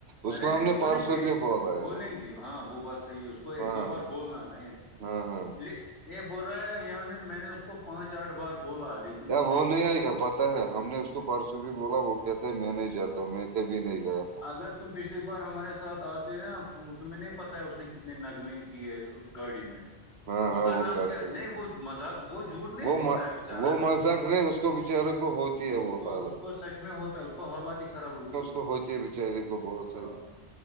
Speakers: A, on the right; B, on the left.
A: اس
B: ارے
A: کو
B: نہیں
A: ہم نے
B: بولیں
A: پرسوں
B: گے
A: بھی بولا ہے
B: بولیں گے ہاں وہ بات صحیح ہے اس کو ایک
A: ہاں
B: دو بار بولنا ہے
A: ہاں ہاں
B: ل یہ بول رہا ہے یامین میں نے اس کو پانچ آٹھ بار بولا لیکن
A: وہ نہیں آئے گا پ ہے ہم نے اس کو پارس بھی بولا وہ کہتا ہے میں نہیں جا ہوں میں کبھی نہیں گیا ہوں
B: اگر تم پچھلی بار ہمارے ساتھ آتے ہو نا تو تمہیں نہیں پتا ہے اس نے کتنے نغمے کیے گاڑی میں
A: ہاں
B: اس
A: ہاں
B: کا رنگ
A: وہ کرتے
B: کیا نہیں وہ مذہق وہ جھوٹ نہیں
A: وہ
B: بولتا
A: م-
B: ہے بچارا
A: وہ مذاق نہیں اس کو بچارے کو ہوتی ہے
B: اس
A: وہ
B: کو
A: حالت
B: اس کو سچ میں ہوتا ہے اس کو حالات ہی خراب ہوئی
A: تو ہو جیائے بچارے کو بہت ساری
B: ہ